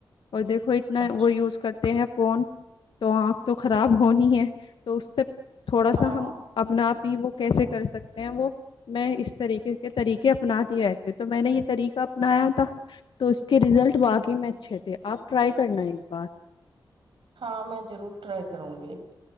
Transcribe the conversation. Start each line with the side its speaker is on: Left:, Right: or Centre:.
Left: اور دیکھو اتنا
Right: اچھا
Left: وہ یوز کر ہیں فون تو آنکھ تو خراب ہونی ہے تو اس سے تھوڑا
Right: ہاں
Left: سا ہم اپنا آپ ہی وہ کیسے کر سکتے ہیں وہ میں اس طریقے کے طریقے اپناتی رہتی ہوں تو میں نے یہ طریقہ اپنایا تھا تو اس کے رزلٹ واقعی میں اچھے تھے آپ ٹرائی کرنا ایک بار
Right: ہاں میں ضرور ٹرائی کروں گی